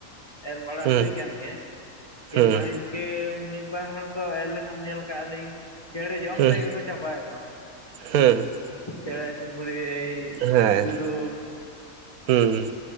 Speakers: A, on the left; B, on the right.
A: ᱮᱨ ᱵᱟᱲᱟ
B: ᱦᱮᱸ
A: ᱦᱩᱭ ᱠᱟᱱ ᱜᱮ ᱠᱤᱱ
B: ᱦᱮᱸ
A: ᱢᱟ ᱠᱟᱹ ᱢᱤᱫ ᱵᱟᱨ ᱦᱚᱲ ᱠᱚ ᱮᱨ ᱞᱮᱠᱷᱟᱱ ᱧᱮᱞ ᱠᱟᱜᱼᱟ ᱞᱤᱧ ᱪᱮᱬᱮ ᱡᱚᱢ
B: ᱦᱮᱸ
A: ᱛᱮᱜᱮ ᱠᱚ ᱪᱟᱵᱟᱭ ᱢᱟ ᱾
B: ᱦᱮᱸ
A: ᱪᱮᱲᱮ ᱪᱩᱯᱲᱤ ᱮᱭ
B: ᱦᱮᱸ
A: ᱜᱩᱰᱩ
B: ᱦᱩᱸ